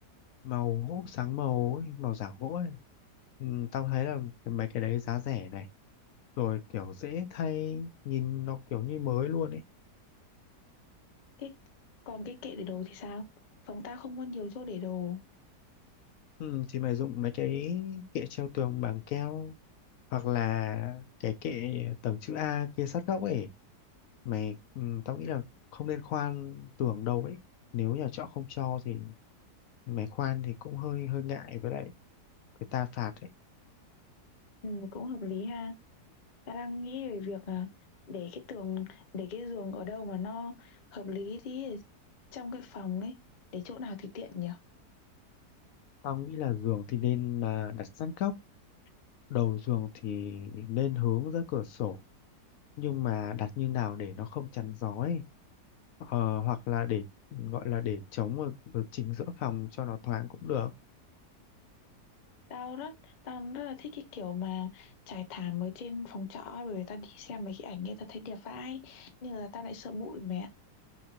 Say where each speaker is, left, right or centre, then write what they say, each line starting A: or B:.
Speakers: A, on the left; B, on the left.
A: màu hút sáng màu ấy, màu giả gỗ ấy. Ừ, tao thấy là cái- mấy cái đấy giá rẻ này rồi kiểu dễ thay nhìn nó kiểu như mới luôn ấy
B: cái còn cái kệ để đồ thì sao phòng tao không có nhiều chỗ để đồ
A: ừ, thì mày dùng mấy cái kệ treo tường bằng keo hoặc là cái kệ tầng chữ A kia sát góc ấy mày ừ, tao nghĩ là không nên khoan tường đâu ấy nếu nhà trọ không cho thì mày khoan thì cũng hơi hơi ngại với lại người ta phạt ấy
B: ừ, cũng hợp lý ha Ta đang nghĩ về việc là để cái tường, để cái giường ở đâu mà nó hợp lý tí để trong cái phòng ấy, để chỗ nào thì tiện nhỉ?
A: tao nghĩ là giường thì nên à, đặt sát góc đầu giường thì nên hướng ra cửa sổ nhưng mà đặt như nào để nó không chắn gió ấy. Ờ, hoặc là để gọi là để chống ở, ở chính giữa phòng cho nó thoáng cũng được
B: Tao rất tao rất là thích cái kiểu mà trải thảm ở trên phòng trọ ấy, bởi vì tao đi xem mấy cái ảnh ấy tao thấy đẹp vãi, nhưng là tao lại sợ bụi mẹ.